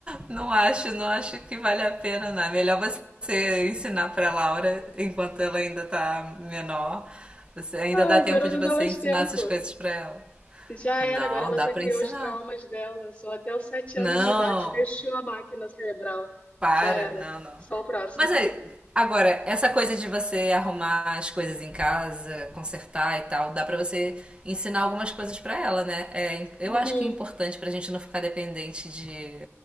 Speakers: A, on the right; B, on the left.
A: Não acho, não acho que vale a pena, não. É melhor você ensinar para Laura enquanto ela ainda tá menor. Você ainda
B: Ah,
A: dá
B: agora
A: tempo de
B: não
A: você
B: dá mais
A: ensinar
B: tempo.
A: essas coisas para ela.
B: Já
A: Não,
B: era, agora ela
A: dá
B: já
A: para
B: criou
A: ensinar.
B: os traumas dela. Só até os sete
A: Não.
B: anos de idade fechou a máquina cerebral.
A: Para,
B: Já era.
A: não, não.
B: Só o próximo.
A: Mas é, agora, essa coisa de você arrumar as coisas em casa, consertar e tal, dá pra você ensinar algumas coisas pra ela, né? É, im- eu
B: Uhum,
A: acho que é importante pra gente não ficar dependente de,